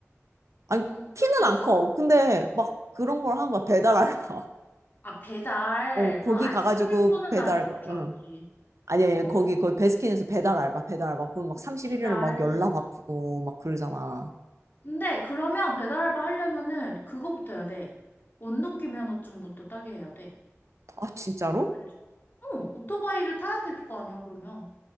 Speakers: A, on the right; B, on the left.
A: 아니,
B: 그거
A: 키는
B: 풀 수 있어?
A: 안 커. 근데 막 그런 걸 한 거야. 배달 알바.
B: 아, 배달.
A: 어, 거기
B: 난 아이스크림
A: 가가지고
B: 푸는
A: 배달,
B: 알바 할 줄
A: 응.
B: 알았지.
A: 아니, 아니,
B: 어,
A: 거기, 거기 베스킨에서 배달 알바, 배달 알바. 그럼 막 3 1일을
B: 배달.
A: 막 열나 바쁘고 막 그러잖아.
B: 근데 그러면 배달 알바 하려면은 그거부터 해야 돼. 원동기 면허증부터 따게 해야 돼.
A: 아, 진짜로?
B: 알지? 어, 오토바이를 타야 될 거 아니야, 그러면.